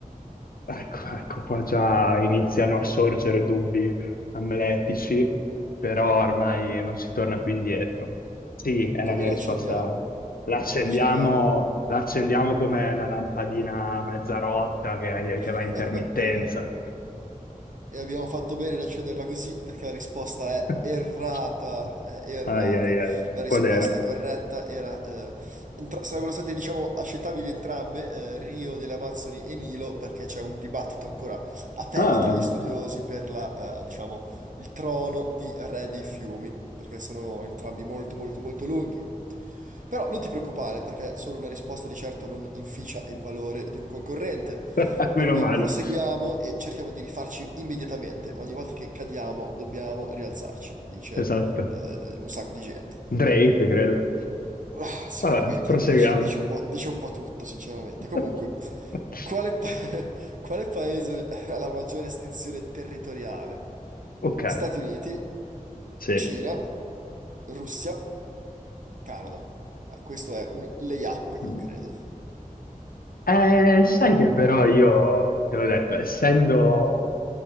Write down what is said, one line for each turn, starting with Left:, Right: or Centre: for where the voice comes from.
Left: Ecco, ecco, qua già iniziano a sorgere dubbi amletici, però ormai non si torna più indietro. Sì, è
Right: Come
Left: la mia
Right: l'accendiamo?
Left: risposta. La accendiamo,
Right: Come l'accendiamo?
Left: la accendiamo come una lampadina mezza rotta che,
Right: <laughs>
Left: che va a intermittenza.
Right: E abbiamo fatto bene ad accenderla così perché la risposta
Left: <laughs>
Right: è errata, è errata.
Left: Ai, ai, ai, ai,
Right: La risposta
Left: qual era?
Right: corretta era... eh, entra- sarebbero state, diciamo, accettabili entrambe, eh, Rio delle Amazzoni e Nilo, perché c'è un dibattito ancora aperto
Left: Ah,
Right: tra gli studiosi per la, eh, diciamo, il trono di re dei fiumi, perché sono entrambi molto, molto, molto lunghi. Però non ti preoccupare, perché solo una risposta di certo non inficia il valore di un concorrente.
Left: <laughs> meno
Right: Per cui
Left: male,
Right: proseguiamo e cerchiamo di rifarci immediatamente. Ogni volta che cadiamo dobbiamo rialzarci, dice
Left: esatto.
Right: eh, un sacco di gente.
Left: Drake, credo.
Right: Ah, sicuramente
Left: Vabbè, proseguiamo.
Right: lui dice, dice un po', dice un po' tutto, sinceramente.
Left: <laughs>
Right: Comunque, quale, pa- <laughs> quale paese ha la maggiore estensione territoriale?
Left: Ok,
Right: Stati Uniti,
Left: sì.
Right: Cina, Russia, Canada. Ah, questo è un layup,
Left: Mm.
Right: credo.
Left: Eh, sai che però io, te l'ho detto, essendo,